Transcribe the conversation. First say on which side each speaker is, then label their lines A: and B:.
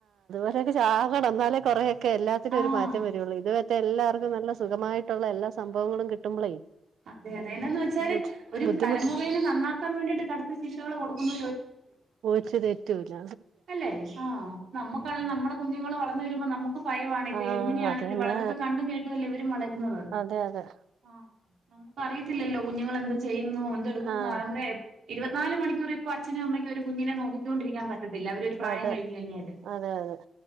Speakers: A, on the right (about 85°); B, on the right (about 75°).
A: അ ചാകണം എന്നാലേ കു കൊറെക്കെ എല്ലാത്തിനും
B: ആഹ്
A: ഒരു മാറ്റം വരുള്ളൂ. ഇത് മറ്റെഎല്ലർക്കുംനല്ല നുഖമായിട്ടുള്ള എല്ലാ സംഭവങ്ങളും കിട്ടുമ്പോളേ
B: അതെ അതെന്താന്ന് വെച്ചാല്
A: ബുദ്ധി
B: ഒരു
A: ബുദ്ധിമുട്ട്
B: തലമുറെ നന്നാക്കാൻ വേണ്ടിട്ട് കടുത്ത ശിക്ഷകള് കൊടുക്കുന്ന
A: ച്ചത് തെറ്റൂല.
B: അല്ലെ ആ നമ്മുക്കണ നമ്മുടെ കുഞ്ഞുങ്ങൾ വളർന്നു വരുമ്പോ നമുക്ക് ഭയമാണത്
A: ആഹ്
B: എങ്ങനെയാണ്
A: അത്
B: ഇവര്
A: തന്നെ
B: വളര്ന്നത്‌ കണ്ടും കേട്ടല്ലേ ഇവർ വളര്ന്നത്
A: അതെ അതെ
B: ആ നമ്മുക്കറിയത്തില്ലല്ലോ കുഞ്ഞുങ്ങളെന്താ ചെയ്യു ന്നോഎടു
A: ആഹ്
B: നമ്മ ഇരുപത്തിനാല് മണിക്കൂർ ഇപ്പൊ അച്നും അമ്മക്കും ഒരു കുഞ്ഞിനെ നോക്കിക്കൊണ്ടിരിക്കാൻ പ പറ്റത്തില്ല അവര് ഒരു പ്രായം
A: അതെ
B: കഴിഞ്ഞു കഴിഞ്ഞാല്,
A: അതെ അതെ അതെ